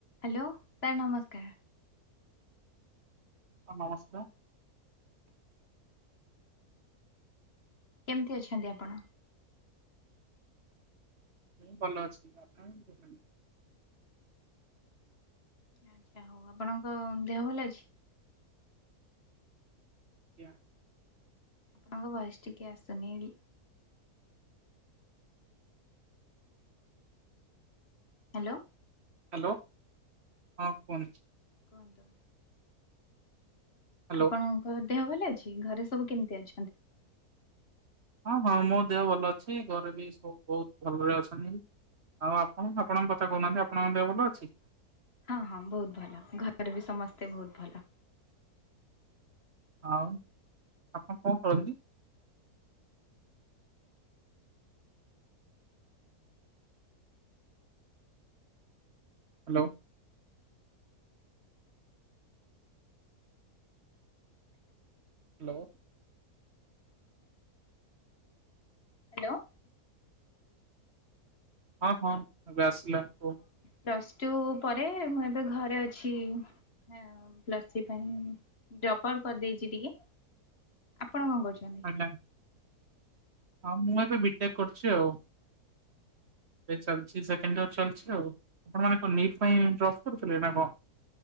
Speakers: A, on the left; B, on the right.
A: Hello sir ନମସ୍କାର୍
B: ହଁ ନମସ୍କାର୍।
A: କେମିତି ଅଛନ୍ତି ଆପଣ।
B: ମୁଁ ଭଲ ଅଛି ଆପଣ।
A: ଆଚ୍ଛା ହଉ ଆପଣଙ୍କ ଦେହ ଭଲ ଅଛି।
B: ଏହା
A: ଆପଣଙ୍କ ଭଏସ୍ ଟିକେ ଅସୁନି ହେରି ହେଲୋ।
B: ହ୍ୟାଲୋ ହଁ କୁହନ୍ତୁ।
A: କୁହନ୍ତୁ।
B: ହ୍ୟାଲୋ
A: ଆପଣଙ୍କ ଦେହ ଭଲ ଅଛି। ଘରେ ସବୁ କେମିତି ଅଛନ୍ତି?
B: ହଁ ହଁ ମୋ ଦେହ ଭଲ ଅଛି ଘରେ ବି ସବୁ ବହୁତ ଭଲରେ ଅଛନ୍ତି। ଆଉ ଆପଣ ଆପଣଙ୍କ କଥା କହୁନାହାନ୍ତି ଆପଣଙ୍କ ଦେହ ଭଲ ଅଛି।
A: ହଁ ହଁ ବହୁତ ଭଲ ଘରେ ବି ସମସ୍ତେ ବହୁତ ଭଲ।
B: ଆଉ ଆପଣ କଣ କରନ୍ତି? ହାଲୋ। ହାଲୋ।
A: ହ୍ୟାଲୋ।
B: ହଁ ହଁ ଏବେଆସିଲା କୁହ।
A: ପ୍ଲସଟୁ ପରେ ମୁଁ ଏବେ ଘରେ ଅଛି। ହଁ ପ୍ଲସି ପାଇଁ ଡ୍ରପ୍ ଆଉଟ କରିଦେଇଛି ଟିକେ। ଆପଣ କଣ କରୁଛନ୍ତି?
B: ଆଜ୍ଞା ହଁ ମୁଁ ଏବେ ବିଟେକ୍ କରୁଛି ଆଉ। ଏବେ ଚାଲିଚି ସେକେଣ୍ଡ ୟିର୍ ଚାଲିଚି ଆଉ ଆପଣ ମାନେ କଣ ନିଟ୍ ପାଇଁ ଡ୍ରପ କରିଥିଲେ ନା କଣ?